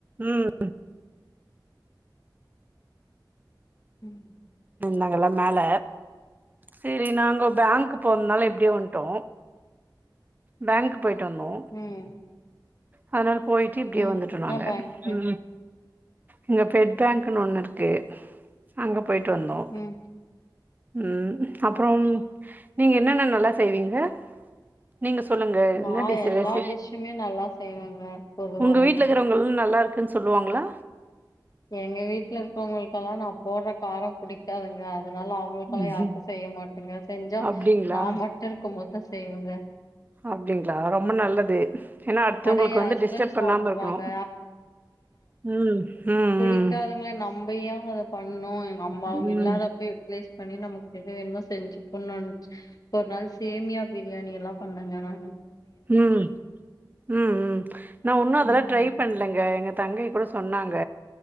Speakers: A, on the right; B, on the left.
A: ம்
B: ம்
A: நாங்க எல்லா மேல செரி நாங்கோ பேங்க்க் போறனால
B: ம்
A: இப்டியே வன்ட்டோ பேங்க் போயிட்டு வந்தோ
B: ம்
A: அதனால போயிட்டு இப்டியே
B: ம்
A: வந்துடோ
B: என்ன
A: நாங்க
B: பேங்க்கு
A: ம் இங்க பெட் பேங்க்னு ஒண்ணு இருக்கு அங்க போ வந்துட்யிருந்தோ
B: ம்
A: ம் அப்றோ ம் நீங்க என்னென்ன நல்லா செய்வீங்க நீங்க சொல்லுங்க என்னடி
B: நா எல்லா
A: ஹச
B: டிஷ்ஷுமே நல்லா செய்வேங்க பொதுவாவே
A: உங்க வீட்ல இருக்கிறவங்கள நல்லாருக் சொல்லுவாங்ளா
B: எங்க வீட்ல இருக்கவங்களு எல்லாம் நா போடுற காரம் புடிக்காதுங்க அது அதுனால அவங்களுக்கெல்லா
A: ம்ஹும்.
B: யாருக்கும் செய்ய மாட்டேங்க செஞ்சா
A: அப்டிங்களா
B: நா மட்டு இருக்கும் போது செய்வங்க
A: அப்டிங்களா ரொம்ப நல்லது ஏன்னா அடுத்துவங்களுக்கு
B: ஆனா எ
A: வந்து
B: ஹஸ்பண்ட்
A: டிஸ்டர்ப்
B: சாப்டுவாங்க
A: பண்ணாம இருக்கணு ம் ம்
B: புடிக்காதங்க நம் நம்ப யோ அத பண்ணு அம்மா
A: ம்
B: அவங்க இல்லாதா எப்லேஸ் பண்ணி நமக்கு எது வேணுமோ செஞ்சுப்பண்ணு ஒரு நாள் சேமியா பிரியாணி எல்லா பண்ணங்க நா
A: ம் ம் ம் நா ஒன்னு அதுல்லா
B: ம்
A: ட்ரை பண்ணலங்க எங்க தங்கை கூட சொன்னாங்க